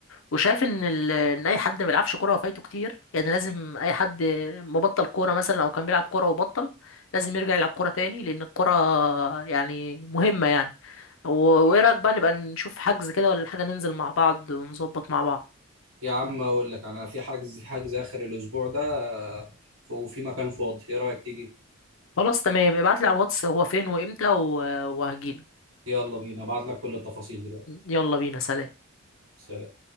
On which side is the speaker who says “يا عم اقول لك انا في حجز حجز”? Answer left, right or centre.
Right